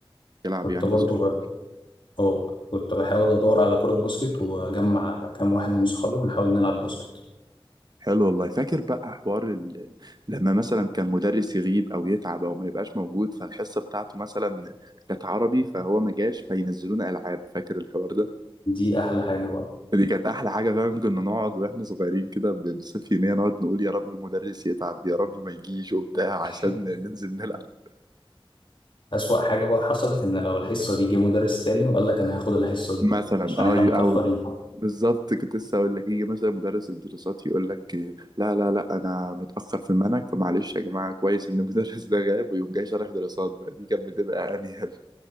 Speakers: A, on the right; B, on the left.
A: يلعب
B: كنت
A: يعني
B: برضو
A: باسكت
B: ب-
A: بول
B: اه كنت بحاول ادور على كرة باسكت واجمع كام واحد من صحابي ونحاول نلعب باسكت
A: حلو والله فاكر بقى حوار ال... لما مثلا كان مدرس يغيب او يتعب او ما يبقاش موجود فالحصه بتاعته مثلا كانت عربي فهو ما جاش فينزلونا العاب فاكر الحوار ده
B: دي احلى حاجة بقى
A: دي كانت احلى حاجه فعلا كنا نقعد واحنا صغيرين كده ب- بصفة يوميه نقعد نقول يا رب المدرس يتعب يا رب ما يجيش وبتاع عشان
B: <laughs>
A: ننزل نلعب
B: اسوأ حاجة بقى حصلت ان لو الحصة دي جه مدرس تاني وقال لك انا هاخد الحصة دي
A: مثلا
B: عشان
A: اه
B: احنا متأخرين
A: او بالظبط كنت لسه اقول لك يجي مثلا مدرس الدراسات يقول لك لا لا لا انا متاخر في المنهج فمعلش يا جماعه كويس ان المدرس <laughs> ده غاب ويقوم جاي شارح دراسات بقى دي كانت بتبقى انيل